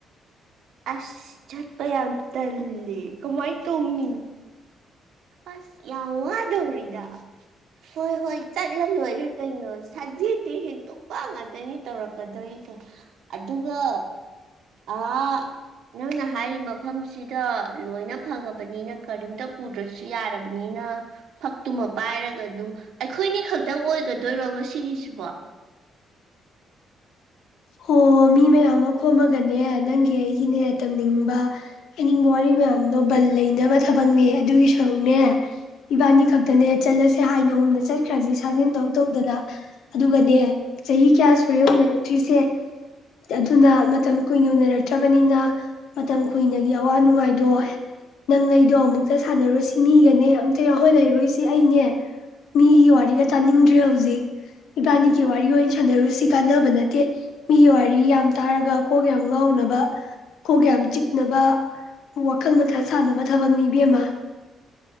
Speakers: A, on the right; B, on the left.
A: ꯑꯁ ꯆꯠꯄ ꯌꯥꯝ ꯇꯜꯂꯦ ꯀꯃꯥꯏꯅ ꯇꯧꯅꯤ ꯑꯁ ꯌꯥꯝ ꯋꯥꯗꯧꯔꯤꯗ ꯍꯣꯏ ꯍꯣꯏ ꯆꯠꯂ ꯑꯣꯏꯣꯏꯒꯦ ꯀꯩꯅꯣ ꯁꯖꯦꯠꯇꯤ ꯍꯦꯟꯇꯣꯛꯄ ꯉꯥꯛꯇꯅꯤ ꯇꯧꯔꯛꯀꯗꯣꯔꯤꯁꯦ ꯑꯗꯨꯒ ꯑ ꯅꯪꯅ ꯍꯥꯏꯔꯤꯕ ꯃꯐꯝꯁꯤꯗ ꯂꯣꯏꯅ ꯐꯪꯉꯕꯅꯤꯅ ꯀꯔꯤꯝꯇ ꯄꯨꯗ꯭ꯔꯁꯨ ꯌꯥꯔꯕꯅꯤꯅ ꯐꯛꯇꯨꯃ ꯄꯥꯏꯔꯒ ꯑꯗꯨꯝ ꯑꯩꯈꯣꯏꯅꯤ ꯈꯛꯇꯪ ꯑꯣꯏꯒꯗꯣꯏꯔꯣ ꯉꯁꯤꯒꯤꯁꯤꯕꯣ
B: ꯑꯣ ꯃꯤ ꯃꯌꯥꯝ ꯑꯃ ꯈꯣꯝꯃꯒꯅꯦ ꯅꯪꯒꯤ ꯑꯩꯒꯤꯅꯦ ꯇꯝꯅꯤꯡꯕ ꯍꯥꯏꯅꯤꯡꯕ ꯋꯥꯔꯤ ꯃꯌꯥꯝꯗꯣ ꯕꯟ ꯂꯩꯅꯕ ꯊꯕꯛꯅꯦ ꯑꯗꯨꯒꯤ ꯁꯔꯨꯛꯅꯦ ꯏꯕꯥꯅꯤ ꯈꯛꯇꯅꯦ ꯆꯠꯂꯁꯦ ꯍꯥꯏꯅꯒꯣꯨꯝꯗ ꯆꯠꯈ꯭ꯔꯁꯤ ꯁꯥꯖꯤꯟ ꯇꯧ ꯇꯧꯗꯅ ꯑꯗꯨꯒꯅꯦ ꯆꯍꯤ ꯀꯌꯥ ꯁ ꯍꯣꯔꯦꯟ ꯎꯅꯔꯛꯇ꯭ꯔꯤꯁꯦ ꯑꯗꯨꯅ ꯃꯇꯝ ꯀꯨꯏꯅ ꯎꯅꯔꯛꯇ꯭ꯔꯕꯅꯤꯅ ꯃꯇꯝ ꯀꯨꯏꯅꯒꯤ ꯑꯋꯥ ꯅꯨꯡꯉꯥꯏꯗꯣ ꯅꯪ ꯑꯩꯗꯣ ꯑꯃꯨꯛꯇ ꯁꯥꯟꯅꯔꯨꯁꯤ ꯃꯤꯒꯅꯦ ꯑꯝꯇ ꯌꯥꯎꯍꯣꯏ ꯂꯩꯔꯨꯁꯤ ꯑꯩꯅꯦ ꯃꯤꯒꯤ ꯋꯥꯔꯤꯒ ꯇꯥꯅꯤꯡꯗ꯭ꯔꯦ ꯍꯧꯖꯤꯛ ꯏꯕꯥꯅꯤꯒꯤ ꯋꯥꯔꯤ ꯑꯣꯏꯅ ꯁꯥꯟꯅꯔꯨꯁꯤ ꯀꯥꯟꯅꯕ ꯅꯠꯇꯦ ꯃꯤꯒꯤ ꯋꯥꯔꯤ ꯌꯥꯝ ꯇꯥꯔꯒ ꯀꯣꯒꯌꯥꯝ ꯉꯥꯎꯅꯕ ꯀꯣꯒꯌꯥꯝ ꯆꯤꯛꯅꯕ ꯋꯥꯈꯜ ꯃꯊꯥ ꯁꯥꯟꯅꯕ ꯊꯕꯛ ꯅꯤꯕꯤ ꯑꯃꯃ